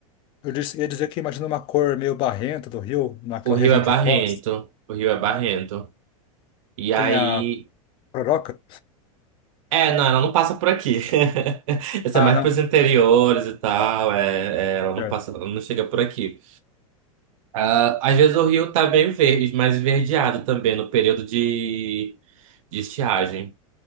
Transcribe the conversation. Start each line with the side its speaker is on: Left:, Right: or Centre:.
Left: eu disse- ia dizer que imagino uma cor meio barrenta do rio, naquela
Right: o rio
Left: região
Right: é
Left: de
Right: barrento.
Left: Foz.
Right: O rio é barrento. E
Left: Tem
Right: aí.
Left: a Proroca?
Right: É, não, ela não passa por aqui. <laughs> Isso
Left: Ah,
Right: é mais
Left: não.
Right: pros interiores e tal. É, é, ela não
Left: Certo.
Right: passa, ela não chega por aqui. Ah, às vezes o rio tá bem verde, mais esverdeado também no período de, de estiagem.